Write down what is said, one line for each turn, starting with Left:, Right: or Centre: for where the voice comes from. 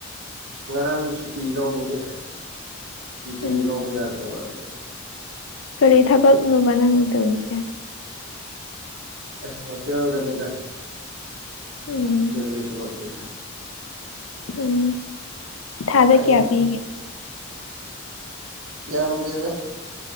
Right: ꯉꯔꯥꯡꯗꯨ ꯁꯨꯇꯤ ꯂꯧꯕꯒꯦ ꯁꯤꯗꯤ
Left: ꯎꯝ
Right: ꯑꯃꯨꯛ ꯂꯧꯕ ꯌꯥꯗ꯭ꯔꯕ ꯑꯗꯨꯅꯤ
Left: ꯀꯔꯤ ꯊꯕꯛ ꯅꯣꯕ ꯅꯪꯅ ꯇꯧꯔꯤꯁꯦ
Right: ꯑꯁ ꯍꯣꯇꯦꯜꯗꯅꯦꯗ
Left: ꯎꯝ
Right: ꯍꯣꯇꯦꯜꯒꯤ ꯊꯕꯛꯅꯤꯅ
Left: ꯎꯝ ꯊꯥꯗ
Right: ꯑꯩꯍꯤꯟ
Left: ꯀꯌꯥ ꯄꯤꯒꯦ
Right: ꯌꯥꯝꯗꯦꯗ